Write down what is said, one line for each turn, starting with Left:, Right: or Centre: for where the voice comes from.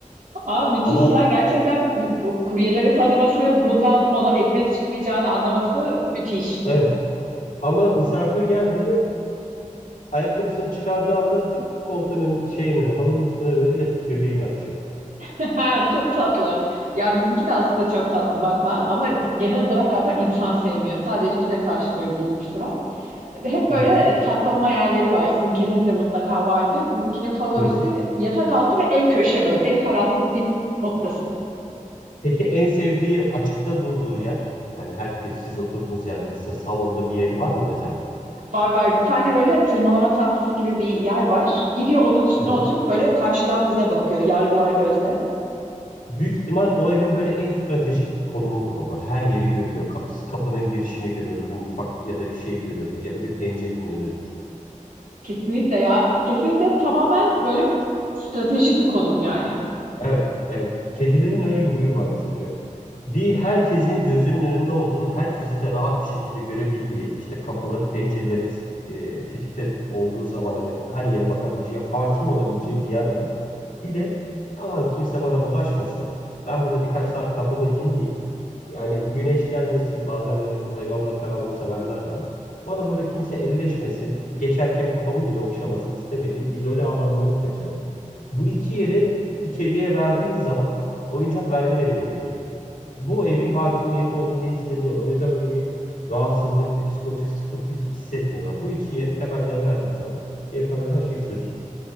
Right: Aa, müthiş
Left: Ama
Right: ya. Gerçekten bu kuryeleri tanıması ve bundan ona ekmek çıkmayacağını anlaması müthiş.
Left: evet ama misafir geldi mi Ayakkabısını çıkardığı anda tık koltuğunun şeyin önü, halının üstüne doğru yatıp göbeğini açıyor.
Right: <laughs> Çok tatlı. Ya bizimki de aslında çok tatlı bakma ama genel olarak galiba insan sevmiyor. Sadece bize karşı böyle bir ilgisi var. Hep
Left: Hı
Right: böyle
Left: hı.
Right: saklanma yerleri var. Sizin kedinin de mutlaka vardır. Bizimkinin favorisi
Left: Hı hı.
Right: yatak altı ve en köşe böyle. En karanlık dip noktası.
Left: Peki en sevdiği açıkta durduğu yer? Hani herkes siz oturduğunuz yerde size salonda bir yeri var mı özel?
Right: Var var bir tane böyle tırmalama tahtası gibi bir yer var. Gidiyor onun üstüne
Left: Evet.
Right: oturup böyle karşıdan bize bakıyor. Yargılar gözle.
Left: Büyük ihtimal o evin böyle en stratejik konumudur o. Böyle Her yeri görüyor. Ka- Kapının girişini görüyordur. Mutfak ya da bir şey görüyordur. Ya da bir pencerenin önüdür.
Right: Kesinlikle ya. Kesinlikle tamamen böyle stratejik bir kodum yani.
Left: Evet, evet. Kedilerin öyle bir huyu var çünkü. Bir herkesin gözünün önünde olduğu, herkesi de rahat bir şekilde görebildiği, işte kapıları, pencereleri e, tetikte olduğu zaman hani her yere bakabileceği, hakim olabileceği bir yer arar. Bir de aman kimse bana bulaşmasın. Ben burada birkaç saat kafamı dinleyeyim. Yani güneş gelmesin. Bazen öyle hayvanlar karanlığı sevenler de var. Bana burada kimse elleşmesin. Geçerken kafamı bile okşamasın istemediğim izole alanları seçerim. Bu iki yeri bir kediye verdiğin zaman oyuncak vermene bile gerek yok. Bu evin hakimiyeti olduğunu hissediyorlar. O yüzden böyle bir rahatsızlık, bir psikolojik sıkıntı hissetmiyorlar. Bu iki yeri temelde verdiğin zaman geri kalan her şey çözülür.